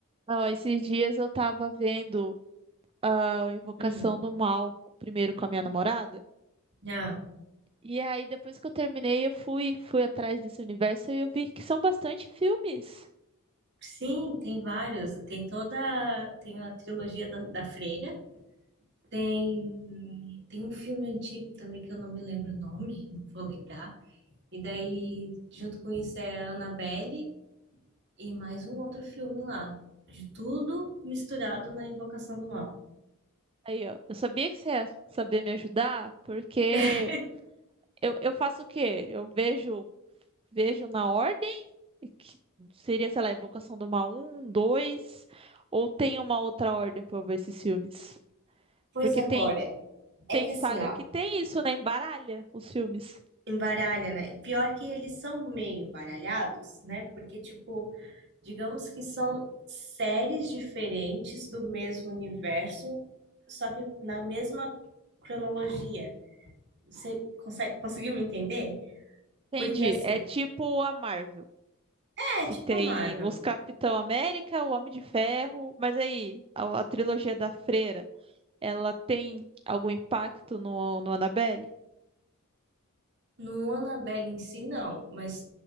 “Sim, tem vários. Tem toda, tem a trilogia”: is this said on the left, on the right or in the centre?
Right